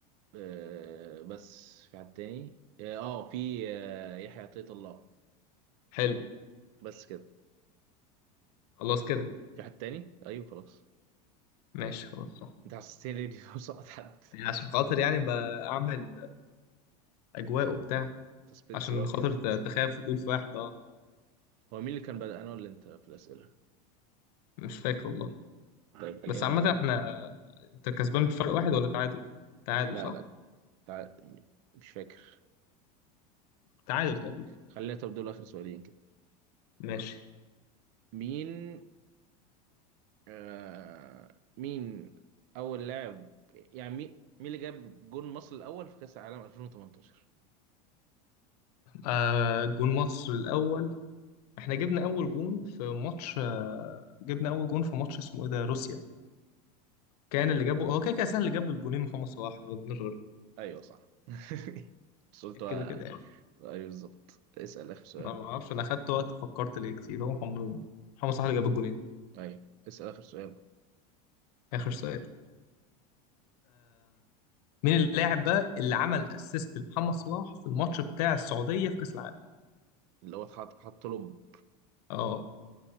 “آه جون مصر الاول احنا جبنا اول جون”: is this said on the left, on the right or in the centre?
Left